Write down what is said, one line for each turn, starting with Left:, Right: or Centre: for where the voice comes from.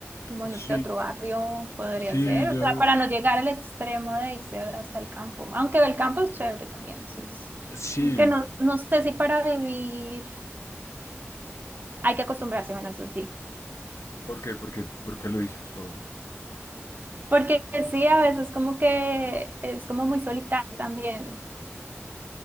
Right: como
Left: Sí,
Right: no sé, otro barrio podría
Left: sí,
Right: ser,
Left: yo,
Right: o sea, para no llegar al extremo de irse hasta el campo, aunque el campo es chévere también, eso es,
Left: sí.
Right: aunque no, no sé si para vivir hay que acostumbrarse, bueno, eso sí,
Left: ¿Por qué? ¿Por qué? ¿Por qué lo dices? O,
Right: porque sí, a veces como que es como muy solitario también.